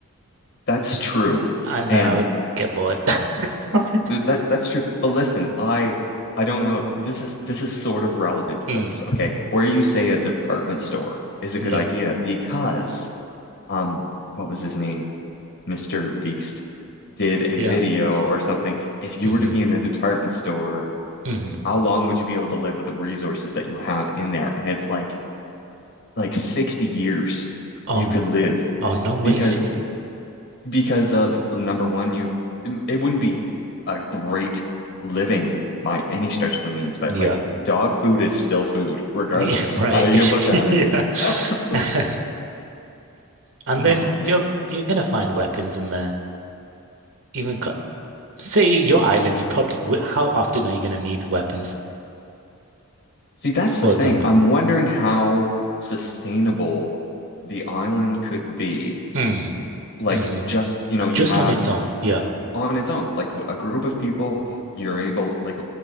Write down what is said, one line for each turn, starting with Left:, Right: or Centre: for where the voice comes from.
Left: That's true,
Right: and
Left: and
Right: then I would get bored. <laughs>
Left: that that's true. But listen, I I don't know. This is this is sort of relevant to
Right: Mm,
Left: this. Okay, where you say a department store is a
Right: yeah,
Left: good idea
Right: Like
Left: because um, what was his name? Mr. Beast did a
Right: yeah.
Left: video or something, if you
Right: hmm
Left: were to be in a department store,
Right: hmm
Left: how long would you be able to live with the resources that you have in there? And it's like like 60 years
Right: Oh,
Left: you
Right: n-
Left: could live
Right: oh, no way,
Left: because
Right: 60.
Left: because of number one, you it wouldn't be a great living by any stretch of the means, but
Right: Yeah,
Left: like dog food is still food, regardless
Right: yeah, <laughs>
Left: of
Right: right.
Left: how you look at it.
Right: <laughs> Yeah.
Left: <laughs>
Right: <laughs> And
Left: Oh
Right: then
Left: man.
Right: you're you're gonna find weapons in there. Even co- say your island, you probably wh- how often are you gonna need weapons
Left: See, that's the
Right: for
Left: thing.
Right: a zombie?
Left: I'm wondering how sustainable the island could be.
Right: Mm,
Left: Like,
Right: like hmm
Left: just, you know, you
Right: Just
Left: have
Right: on its own. yeah.
Left: on its own, like a group of people, you're able, like,